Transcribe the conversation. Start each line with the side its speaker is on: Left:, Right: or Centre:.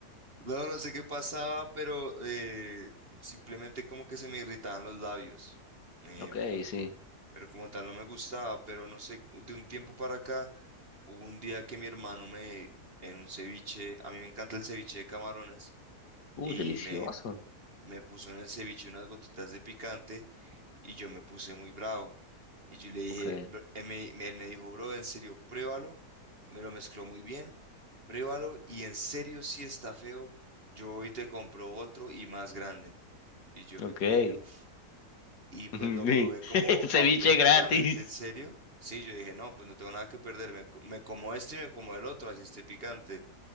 Right: No, no, no sé qué pasaba, pero eh, simplemente como que se me irritaban los labios. Em,
Left: Ok, sí.
Right: pero como tal no me gustaba, pero no sé, de un tiempo para acá, hubo un día que mi hermano me, en un ceviche, a mí me encanta el ceviche de camarones,
Left: Uh,
Right: y
Left: delicioso.
Right: me, me puso en el ceviche unas gotitas de picante y yo me puse muy bravo. Y yo le dije,
Left: Ok,
Right: br- él me, me- él me dijo, bro, en serio, pruébalo. Me lo mezcló muy bien, pruébalo. Y en serio, si está feo, yo hoy te compro otro y más grande. Y yo fui
Left: ok.
Right: como, uff. Y pues
Left: <laughs>
Right: lo probé como
Left: Ceviche
Right: auténticamente
Left: gratis.
Right: en serio. Sí, yo dije, no, pues no tengo nada que perder. Me, co- me como este y me como el otro, así esté picante.